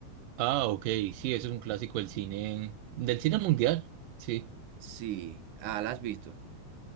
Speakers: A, on the right; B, on the right.
A: Ah, ok, sí, eso es un clásico del cine, del cine mundial, sí.
B: Sí, ah, ¿la has visto?